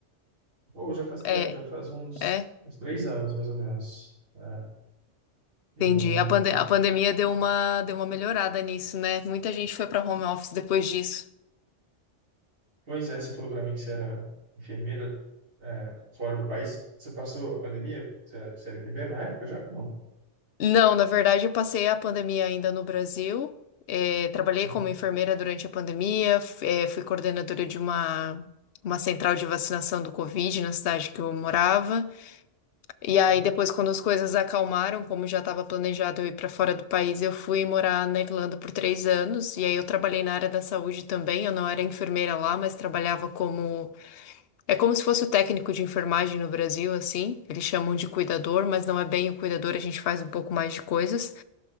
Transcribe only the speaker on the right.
Pô, já faz tempo,
já faz uns,
uns três anos, mais ou menos. É, eu...
Pois é, você falou para mim que você era enfermeira, é, fora do país. Você passou a pandemia? Você era, você era enfermeira na época já? Não.
Uhum.
Não,
não.